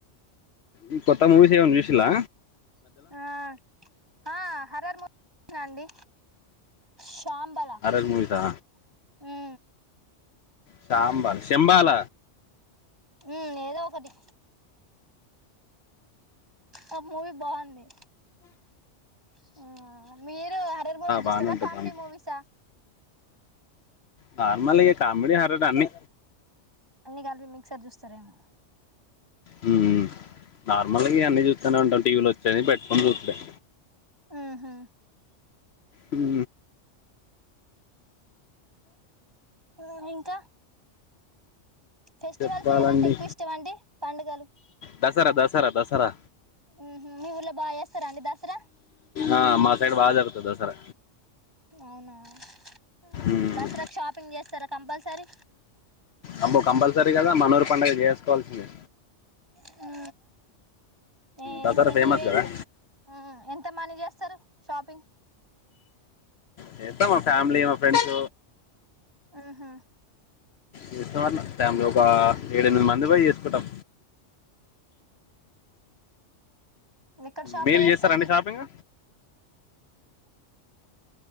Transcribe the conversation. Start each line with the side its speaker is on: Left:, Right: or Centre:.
Left: ఈ కొత్త మూవీస్ ఏమన్నా చూసి లా
Right: ఆ ఆ హర్రర్ మూవీ చుసిన అండి సాంబల
Left: హర్రర్ మూవీసా
Right: హు
Left: సాంబలా శంబల
Right: ఉ ఏదో ఒకటి ఆ మూవీ బావుంది హు మీరు హర్రర్ మూవీస్ చూస్తారా
Left: బాగానే ఉంటుంది
Right: కామెడీ
Left: బానే
Right: మూవీస్ ఆ
Left: నార్మల్ ఇగ కామెడీ హర్రర్ అన్ని
Right: అన్ని కలిపి మిక్సర్ చూస్తారేమో
Left: హు నార్మల్ ఇగ అన్నీ చూస్తానే ఉంటాం టీవీల వచ్చేయి పెట్టుకొని సూత్తం
Right: ఉహు
Left: హు
Right: ఉ ఇంకా ఫెస్టివల్స్
Left: చెప్పాలండి
Right: ఏదంటే ఎక్కువ ఇష్టం అండి పండుగలు
Left: దసరా దసరా దసరా
Right: ఉహు మీ ఊర్లో బాగా చేస్తారా అండి దసరా
Left: ఆ మా సైడ్ బా జరుగుతది దసరా
Right: అవునా ఆహా
Left: ఉమ్,
Right: దసరాకు షాపింగ్ చేస్తారా కంపల్సరీ
Left: అబ్బో కంపల్సరీ కదా మనూఊరు పండుగ చేసుకోవాల్సిందే
Right: హు ఎ
Left: దసరా
Right: ఎన్ని
Left: ఫేమస్
Right: వేలు
Left: కదా
Right: ఆ ఎంత మంది చేస్తారు షాపింగ్
Left: చేస్తాం మా ఫ్యామిలీ మా ఫ్రెండ్స్
Right: ఉహు
Left: చేస్తాం అట్లా ఫ్యామిలీ ఒక ఏడు ఎనిమిది మంది పోయి చేసుకుంటాం
Right: ఎక్కడ షాప్
Left: మీరు
Right: లో చేస్తారు
Left: చేస్తారండి
Right: మీ
Left: షాపింగ్